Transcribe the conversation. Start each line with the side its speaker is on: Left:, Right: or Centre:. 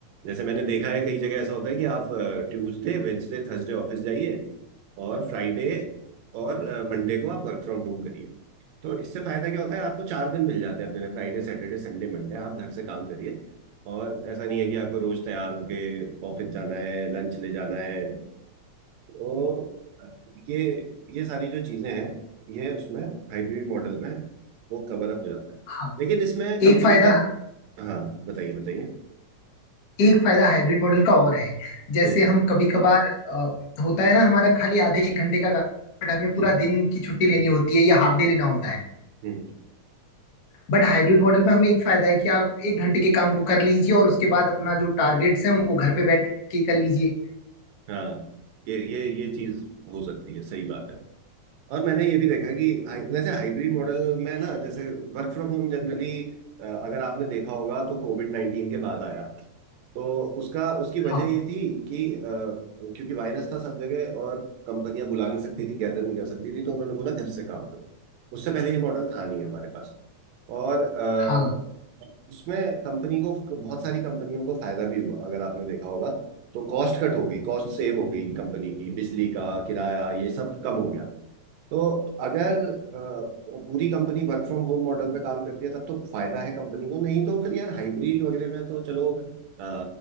Right: जैसे मैंने देखा है कई जगह ऐसा होता है कि आप ट्यूसडे वेंसडे थर्सडे ऑफिस जाइए और फ्राइडे और मंडे को आप वर्क फ्रॉम होम करिए तो इससे फायदा क्या होता है आपको चार दिन मिल जाते हैं अपने लिए, फ्राइडे सैटरडे संडे मंडे आप घर से काम करिए और ऐसा नहीं है कि आपको रोज तैयार होके ऑफिस जाना है लंच ले जाना है तो ये ये सारी जो चीजें हैं ये उसमें हाइब्रिड मॉडल में वो कवर अप हो जाता है
Left: हाँ
Right: लेकिन इसमें कंपनी
Left: एक फायदा
Right: का हाँ बताइए बताइए
Left: एक फायदा हाइब्रिड मॉडल का और है जैसे
Right: हम्म
Left: हम कभी कभार होता है ना हमारा खाली आधे एक घंटे का काम, बट हमें पूरा
Right: हम्म
Left: दिन की छुट्टी लेनी होती है या हाफ डे लेना होता है
Right: हम्म
Left: बट हाइब्रिड मॉडल में हमें एक फायदा है कि आप एक घंटे के काम को कर लीजिए और उसके बाद अपना जो टारगेट्स हैं उनको घर पे बैठ के कर लीजिए
Right: हाँ ये ये ये चीज हो सकती है सही बात है और मैंने ये भी देखा है कि हाई, वैसे हाइब्रिड मॉडल में ना जैसे वर्क फ्रॉम होम जनरली अगर आपने देखा होगा तो कोविड नाइन्टीन के बाद आया तो उसका उसकी वजह
Left: हाँ
Right: ये थी कि अ, क्योंकि वायरस था सब जगह और कंपनियां बुला नहीं सकती थी गैदर नहीं कर सकती थी तो उन्होंने बोला घर से काम करो उससे पहले ये मॉडल था नहीं हमारे पास और अ,
Left: हाँ
Right: उसमें कंपनी को बहुत सारी कंपनियों को फायदा भी हुआ अगर आपने देखा होगा तो कॉस्ट कट हो गई कॉस्ट सेव हो गई कंपनी की बिजली का किराया ये सब कम हो गया तो अगर अ, पूरी company work from home model पे काम करती है तब तो फायदा है कंपनी को नहीं तो फिर यार हाइब्रिड वगैरह में तो चलो अ,